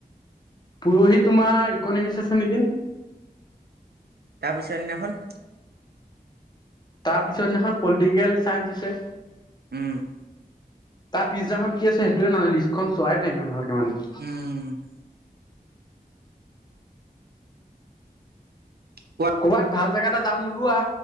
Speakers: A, on the left (about 25°); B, on the right (about 80°).
A: পৰহি তোমাৰ, ইকনমিক্স আছে নেকি?
B: তাৰপিছৰ দিনাখন?
A: তাৰ পিছত দিনাখন পলিটিকেল চাইন্স আছে।
B: উম,
A: তাৰ পিছদিনাখন কি আছে সেইটোৱে নাজানো, লিষ্টখন চোৱাই মই ভালকে মানে।
B: উম, কোৱা
A: ক'ৰবাত ভাল জেগা এটা যাম ওলোৱা।